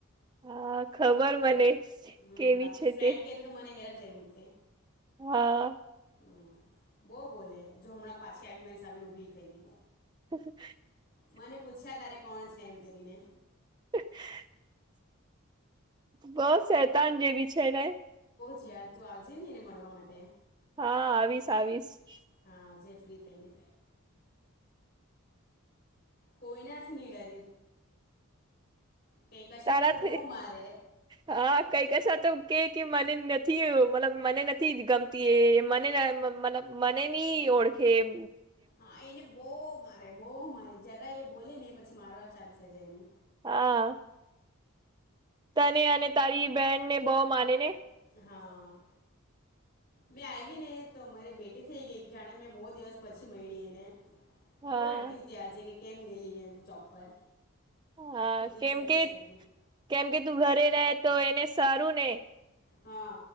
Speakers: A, on the right; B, on the left.
A: હા ખબર મને
B: હા
A: કેવી
B: બાકી
A: છે
B: ફ્રેન્ડ
A: તે
B: કેતો તો મને હેરાન કરી મૂકતે
A: હા
B: હમ બહ બોલે જો હમણાં પાછી આવી મારી સામે ઊભી થઈ ગઈ
A: <unintelligible>
B: મને પૂછ્યા કારે કોણ છે, એમ કરીને
A: <inaudible> બસ શેતાન જેવી છેને.
B: જયાર તુ આવજે, ને એને મળવા માટે
A: હા, આવીશ-આવીશ
B: હા આવજે ફ્રી થઈને કોઈનાથની, ડરે કંઈ કશાને
A: તારા
B: તો
A: થી
B: બહુ મારે
A: હા, કઈ કશ તો કેક કે મને નથી, મતલબ મને નથી, ગમતી એ મને મ મને નની ઓળખ કેમ
B: હા, એને બહુ મારે બહુ મારે જરા એ બોલે ને એ પછી. મારવાર ચાલુ થઇ જાય એનુ
A: હા, તને અને તારી બેહેનને બઉ. માને ને
B: હા મેં આઈવીને ને તો મારી બેટી થઈ ગઈ કે જાણે મેં બહુ દિવસ પછી મઈ ડી એને
A: હા
B: બોર અડતી ઉ ત આજે કે કેમ ગેલી એમ ચોપ પર
A: હા
B: આખો દિવસ
A: કેમ
B: રડ્યા
A: કે
B: જ કરતી
A: કેમ કે તું ઘરે રહે તો એને સારું ને
B: હા